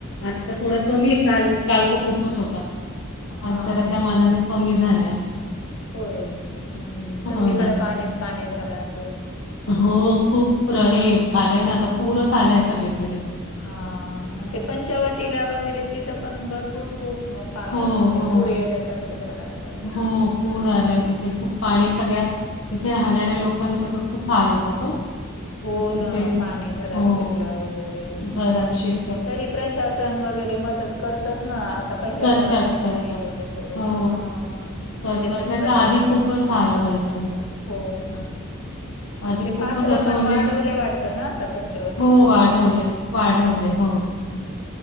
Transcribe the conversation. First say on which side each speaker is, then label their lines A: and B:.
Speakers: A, on the left; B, on the left.
A: आता थोडा कमी हे काल-काल तर खूपच होता.
B: हां,
A: आज जरा त्या
B: हां.
A: मानाने कमी झालाय.
B: होय हूं सगळीकड
A: हो ना.
B: पाणीच पाणी झालं असेल.
A: हो खूप प्र हे आलय ना आता पूरच आलाय सगळीकडे त.
B: हा! ते पंचवटीला वगैरे तिथं पण भरपूर खूप पा
A: हो,
B: म्हणजे
A: हो.
B: पूर याल्यासारखं. झाला असां.
A: हो पूर आलाय तिथे खूप पाणी सगळ्या तिथे राहणाऱ्या लोकांच त खूप हाल होतात हो.
B: हो
A: म तिथे
B: ना, पाणी घरात
A: हो
B: शिरलं वगैरे.
A: घरात शीर
B: तरी प्रशासन वगैरे मदत करतच ना आ ता पहिल्यासारखं
A: करतात
B: नही
A: करतात
B: राहिलेलं थोडस
A: हो
B: हं!
A: करतात
B: म्हणजे तत्परतेन
A: नाही तर आधी खूपच हाल
B: धावत
A: व्हायचे
B: जातात हो ना.
A: आधी
B: ते
A: खूपच
B: पात्र
A: असं
B: पण
A: म्हणजे
B: वाढवल वाटत ना आता पंचवटीच
A: हो वाढवलंय
B: थोडस हूं.
A: वाढवलंय हो
B: हूं हूं!